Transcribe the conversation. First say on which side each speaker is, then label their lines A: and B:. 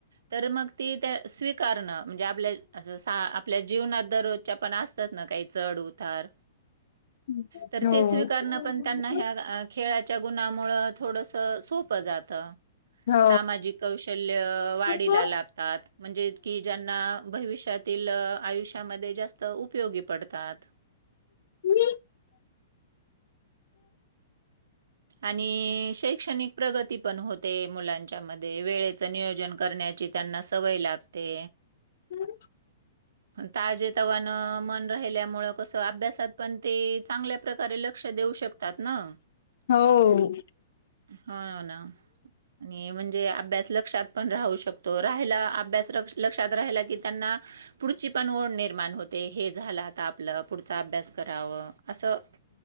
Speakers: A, on the right; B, on the left.
A: तर मग ते त्या स्वीकारणं म्हणजे, आपल्या असं आपल्या जीवनात दर त्यांच्या पण असतात ना, काही चढ उतार.
B: <unintelligible>
A: तर
B: हो
A: ते स्वीकारणं पण त्यांना ह्या, खेळाच्या गुणांमुळं थोडंसं सोपं जात. तं.
B: हो
A: सामाजिक कौशल्य वाढीला
B: हो
A: लागतात, म्हणजे की ज्यांना भविष्यात. तील आयुष्यामध्ये जास्त उपयोगी पडतात.
B: मी.
A: आणि शैक्षणिक प्रगती पण, होते मुलांन तेच्यामध्ये वेळेच नियोजन करण्याची, त्यांना सवय लागते.
B: हम <unintelligible>
A: ताज तवान मन राहिल्यामुळे कसं अभ्यासात पण ते चांगल्या प्रकारे लक्ष देऊ शकतात ना.
B: हो.
A: हो ना आणि म्हणजे अभ्यास लक्षात पण राहू शकतो राहायला. अभ्यास लक्षात राहिला की त्यांना पुढची पण ओढ निर्माण होते हे झालं आता आपलं पुढचा अभ्यास कराव असं